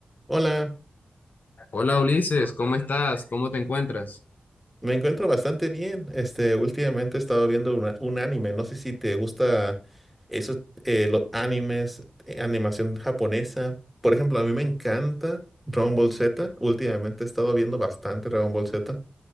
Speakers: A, in the centre; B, on the left.
A: Hola,
B: Hola Ulises, ¿cómo estás? ¿Cómo te encuentras?
A: me encuentro bastante bien. Este, últimamente he estado viendo una- un anime. No sé si te gusta esos eh, los animes, eh, animación japonesa. Por ejemplo, a mí me encanta Dragon Ball Z. Últimamente he estado viendo bastante Dragon Ball Z